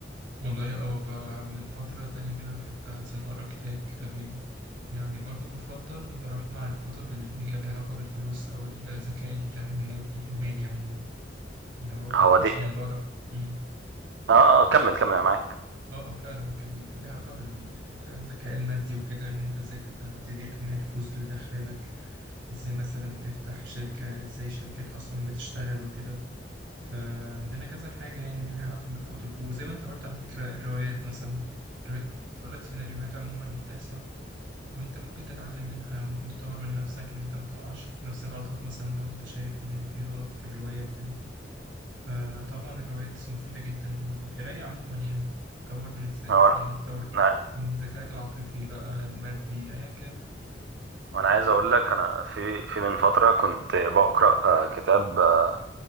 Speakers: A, on the right; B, on the right.
A: والله اه ب- من فترة تانية كده بحب مثلا اقرا كتاب كتابين يعني برضو بفضل اروح مع الكتب اللي هي لها علاقة بالفلوس او الذكاء المادي المالي عموما اللي هو كنت
B: هو
A: اصلا
B: دي
A: بقرا مم.
B: اه آه، كمل كمل انا معاك
A: اه اه فعلا كان ليها علاقة بال- بالذكاء المادي وكده ان انت ازاي تبقى تدير مال الفلوس اللي داخلالك ازاي مثلا تفتح شركة ازاي شركات اصلا بتشتغل وكده فعندنا كذا حاجة يعني اللي لها علاقة بالكتب وزي ما انت قلت على فكرة الروايات مثلا الروايات بتقولك سيناريوهات عموما بتحصل وانت ممكن تتعلم منها ممكن تطور من نفسك ان انت ما تقعش في نفس الغلطات مثلا لو انت شايف ان في غلط في الرواية وكده فطبعا الروايات مفيدة جدا والقراية عموما يعني بتطور من الذات
B: هو
A: يعني بتطور
B: انا
A: من ذكائك العاطفي بقى المادي ايا كان
B: انا عايز اقول لك انا في في من فتره كنت بقرا آه، كتاب آه،